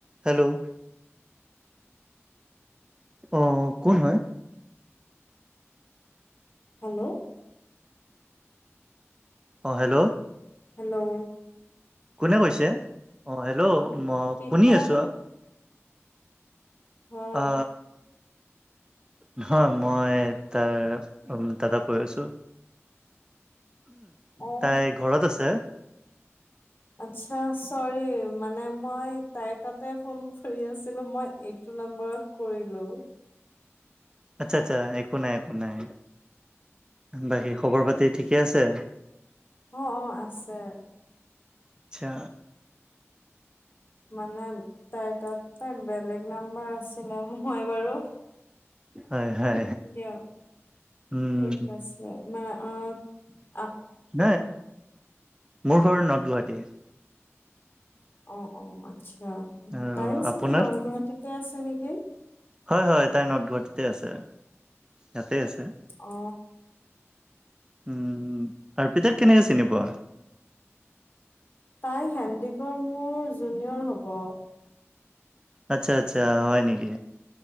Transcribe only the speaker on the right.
Hello অ কোন হয়
অঁ হেল্ল
কোনে কৈছে অ হেল্ল ম
শুনি আছো
অ নহয় মই তাৰ উম দাদা কৈ আছো
তাই ঘৰত আছে
আচ্ছা আচ্ছা একো নাই একো নাই বাকী খবৰ পাতি ঠিকে আছে
আচ্ছা
হয় হয়
উম
নে মোৰ ঘৰ নৰ্দ গুৱাহাটী
আৰু
আপোনাৰ
হয় হয় তাই নৰ্দ গুৱাহাটীতে আছে তাতে আছে
উম আৰ্পিতাক কেনেকে চিনি পোৱা
আচ্ছা আচ্ছা হয় নিকি